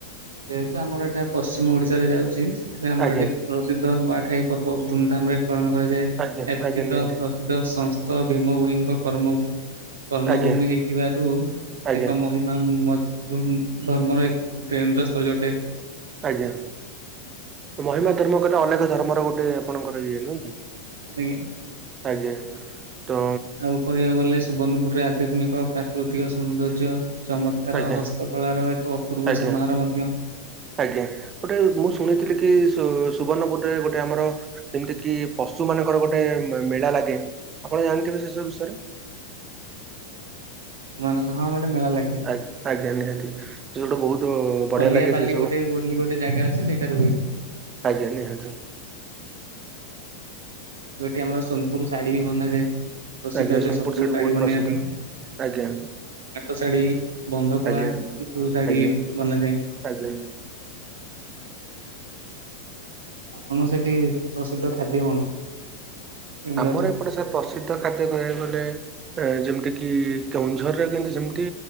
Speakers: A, on the right; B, on the right.
A: ଯେହେତୁ ଆମର ଏଇଟା ପଶ୍ଚିମ ଓଡିଶାରେ ଯାଉଛି ସେଥିପାଇଁ ଆମର
B: ଆଜ୍ଞା
A: ଏଠି <unintelligible> ନୂଆଖାଇ ପର୍ବ ଧୁମଧାମ ରେ ପାଳନ କରାଯାଏ।
B: ଆଜ୍ଞା
A: ଏଠିତ
B: ଆଜ୍ଞା ନିହାତି
A: ପ୍ରସିଦ୍ଧ ସଂସ୍ଥ ଭୀମ ଭୋଇଙ୍କ କର୍ମଭୂମି କର୍ମଭୂମି
B: ଆଜ୍ଞା
A: ହେଇଥିବାରୁ
B: ଆଜ୍ଞା
A: ଏକ ମହିମା <inaudible> ଧର୍ମର ଏକ କେନ୍ଦ୍ର ସ୍ଥଳୀ ଗୋଟେ।
B: ଆଜ୍ଞା। ମହିମା ଧର୍ମ କହିଲେ ଅଲେଖ ଧର୍ମର ଗୋଟେ ଆପଣଙ୍କର ଇଏ ନୁହେଁ କି?
A: ଆଜ୍ଞା।
B: ଆଜ୍ଞା। ତ
A: ଆଉ କହିବାକୁ ଗଲେ ସୁବର୍ଣ୍ଣପୁରରେ ଆଧ୍ୟାତ୍ମିକ, ପ୍ରାକୃତିକ ସୌନ୍ଦର୍ଯ୍ୟ, ଚମତ୍କାର
B: ଆଜ୍ଞା
A: ହସ୍ତକଳାର ଏକ ଅପୂର୍ବ
B: ଆଜ୍ଞା
A: ସମାହାର ମଧ୍ୟ।
B: ଆଜ୍ଞା। ଗୋଟେ ମୁଁ ଶୁଣିଥିଲି କି ସୁ ସୁବର୍ଣ୍ଣପୁରରେ ଗୋଟେ ଆମର ଯେମିତି କି ପଶୁ ମାନଙ୍କର ଗୋଟେ ମେଳା ଲାଗେ ଆପଣ ଜାଣିଥିବେ ସେ ସବୁ ବିଷୟରେ।
A: ପଶୁମାନଙ୍କର, ହଁ ଗୋଟେ ମେଳା ଲାଗେ।
B: ଆ ଆଜ୍ଞା ନିହାତି, ସେ ସେଟୁ ବହୁତ ବଢିଆ
A: ଖଲିଆପାଲି
B: ଲାଗେ ସେ ସବୁ
A: ଗୋଟେ ବୋଲି ଗୋଟେ ଜାଗା ଅଛି ସେଇଟାରେ ହୁଏ।
B: ଆଜ୍ଞା ନିହାତି।
A: ଆଉ ଏଠି ଆମର ସୋନପୁର ଶାଢୀ ବି ବନାଯାଏ। ପ୍ରସିଦ୍ଧ
B: ଆଜ୍ଞା
A: ଏଠି
B: ସୋନପୁର
A: ସୋନପୁୁର ଶାଢୀ
B: ବହୁତ
A: ବନେଇବା
B: ପ୍ରସିଦ୍ଧ
A: ପାଇଁ।
B: ଆଜ୍ଞା
A: ପାଟ ଶାଢୀ, ବନ୍ଧକଳା,
B: ଆଜ୍ଞା
A: ଏସବୁ ଶାଢୀ
B: ଆଜ୍ଞା
A: ବନାଯାଏ।
B: ଆଜ୍ଞା।
A: ଆପଣଙ୍କ ସେଠି ପ୍ରସିଦ୍ଧ ଖାଦ୍ୟ କଣ? କେଉଁଝରର?
B: ଆମର ଏପଟେ ସାର ପ୍ରସିଦ୍ଧ ଖାଦ୍ୟ କହିବାକୁ ଗଲେ ଏ ଯେମିତି କି କେଉଁଝରରେ କିନ୍ତୁ ସେମତି